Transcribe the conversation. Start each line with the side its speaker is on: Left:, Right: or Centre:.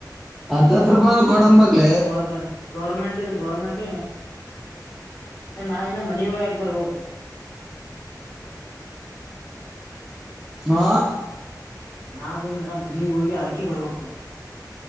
Centre: ಹತ್ತ ಹತ್ ರೂಪಾಯ ಕೊಡನ್ ಬಕ್ಲ
Left: ಗೌರ್ಮೆಂಟ್ ಗೌರ್ಮೆಂಟ್ ಗೌರ್ಮೆಂಟ್ ನಾವಿನ್ನ ಮನವ ಯಾಕ ಬರ್ಬು
Centre: ಹಾ
Left: ನಾವಿನ್ ನಾ ಮನಗ್ ಹೋಗಿ ಆಯ್ಕಿ ಬರ್ಬೇಕು